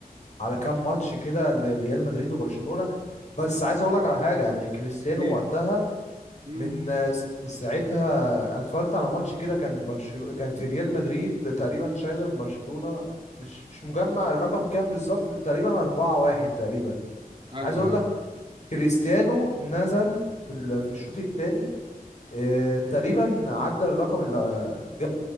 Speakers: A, on the left; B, on the right.
A: على كام ماتش كده لريال مدريد وبرشلونه بس عايز اقول لك على حاجه يعني كريستيانو
B: ايه
A: وقتها
B: امم
A: من آه، س- ساعتها انا اتفرجت على ماتش كده كان برشلونه كانت ريال مدريد تقريبا شايله من برشلونه مش مش مجمع الرقم كام بالظبط تقريبا 4-1 تقريبا
B: ايوه
A: عايز اقول
B: ايوه
A: لك كريستيانو نزل في ال... في الشوط الثاني إيه تقريبا عدى الرقم اللي آه، جاب